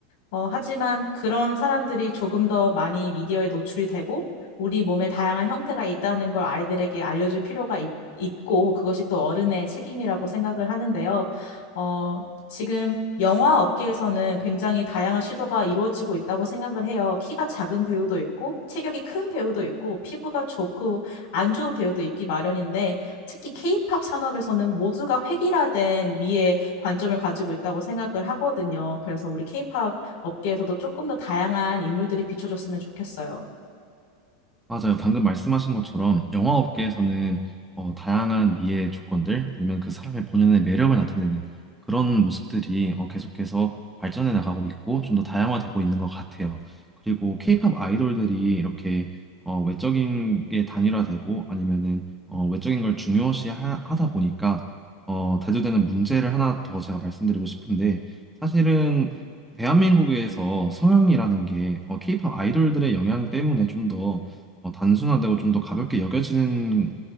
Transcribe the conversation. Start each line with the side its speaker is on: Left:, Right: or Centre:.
Left: 어, 하지만 그런 사람들이 조금 더 많이 미디어에 노출이 되고 우리 몸에 다양한 형태가 있다는 걸 아이들에게 알려줄 필요가 있, 있고 그것이 또 어른의 책임이라고 생각을 하는데요. 어, 지금 영화 업계에서는 굉장히 다양한 시도가 이루어지고 있다고 생각을 해요. 키가 작은 배우도 있고 체격이 큰 배우도 있고 피부가 좋고 안 좋은 배우도 있기 마련인데 특히 케이팝 산업에서는 모두가 획일화된 미의 관점을 가지고 있다고 생각을 하거든요. 그래서 우리 케이팝 업계에서도 조금 더 다양한 인물들이 비춰줬으면 좋겠어요.
Centre: 맞아요. 방금 말씀하신 것처럼 영화업계에서는 어, 다양한 미의 조건들 아니면 그 사람의 본연의 매력을 나타내는 그런 모습들이 어, 계속해서 발전해 나가고 있고 좀 더 다양화되고 있는 것 같아요. 그리고 케이팝 아이돌들이 이렇게 어, 외적인 게 단일화되고 아니면은 어, 외적인 걸 중요시하다 보니까 어, 대두되는 문제를 하나 더 제가 말씀드리고 싶은데 사실은 대한민국에서 성형이라는 게 어, 케이팝 아이돌들의 영향 때문에 좀더 어, 단순화되고 좀 더 가볍게 여겨지는